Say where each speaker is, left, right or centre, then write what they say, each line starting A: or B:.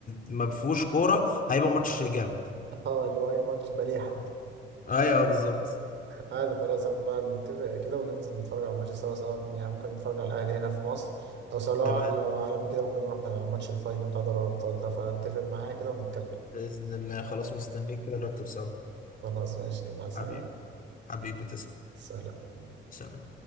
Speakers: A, on the left; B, on the right.
A: ما فيهوش كوره هيبقى ماتش جامد
B: اه اللي هو اي ماتش بليه حتى
A: آه. ايوه بالظبط
B: عادي خلاص احنا بقى نتفق كده وننزل نتفرج على الماتش سوا سواء يعني ممكن نتفرج على الأهلي هنا في مصر أو سواء
A: تمام
B: لو عالمي كده ممكن نروح ماتش الفاينل بتاع دوري الأبطال ده فاتفق معايا كده ونتكلم
A: باذن الله خلاص مستنيك كده نرتب سوا
B: خلاص ماشي يلا عايز
A: حبيبي
B: حاجة
A: حبيبي تسلم
B: سلام
A: سلام